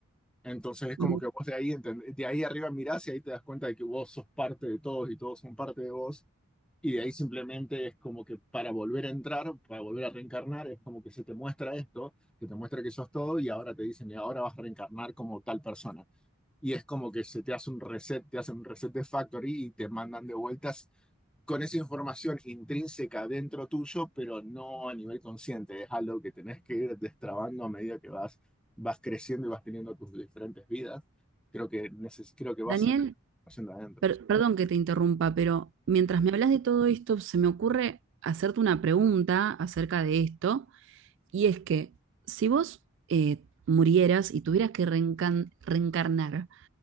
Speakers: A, in the centre; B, on the right.
A: Entonces, es
B: Me-
A: como que vos de ahí, entend- de ahí arriba mirás y ahí te das cuenta de que vos sos parte de todos y todos son parte de vos. Y de ahí simplemente es como que para volver a entrar, para volver a reencarnar, es como que se te muestra esto, que te muestra que sos todo y ahora te dicen, y ahora vas a reencarnar como tal persona y es como que se te hace un reset, te hacen un reset de factory y te mandan de vueltas con esa información intrínseca dentro tuyo, pero no a nivel consciente. Es algo que tenés que ir destrabando a medida que vas, vas creciendo y vas teniendo tus diferentes vidas. Creo que, neces- creo que vas
B: Daniel,
A: sacando información de adentro.
B: Per- perdón que te interrumpa, pero mientras me hablas de todo esto, se me ocurre hacerte una pregunta acerca de esto, y es que si vos eh, murieras y tuvieras que reencan- reencarnar,